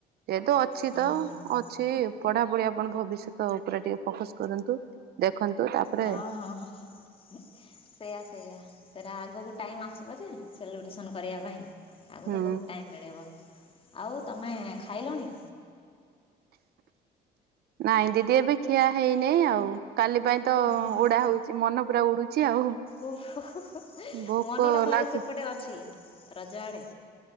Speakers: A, on the right (about 70°); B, on the left (about 35°).
A: ଯେହେତୁ ଅଛି
B: ହୁଁ
A: ତ
B: ହୁଁ ହୁଁ
A: ଅଛି ପଢାପଢି ଆପଣ ଭବିଷ୍ୟତ ଉପରେ ଟିକେ ଫୋକସ କରନ୍ତୁ। ଦେଖନ୍ତୁ ତାପରେ
B: ହଁ ହଁ ସେଇୟା ସେଇୟା ସେ ତା ଆଗକୁ ଟାଇମ୍ ଆସିବ ଯେ ସେଲିବ୍ରେସନ୍ କରିବା ପାଇଁ ଆଗ
A: ହୁଁ
B: ତ ବହୁତ ଟାଇମ୍ ମିଳିବ। ଆଉ ତମେ ଖାଇଲଣି?
A: ନାଇଁ ଦିଦି ଏବେ ଖିଆ ହେଇନି ଆଉ। କାଲି ପାଇଁ ତ
B: ହୁଁ ହୁଁ
A: ଉଡା ହଉଛି ମନ ପୁରା ଉଡୁଛି ଆଉ।
B: ଓହୋ
A: ଭୋକ
B: ମନଟା ତାହେଲେ
A: ଲାଗୁ
B: ସେପଟେ ଅଛି ରଜଆଡ଼େ।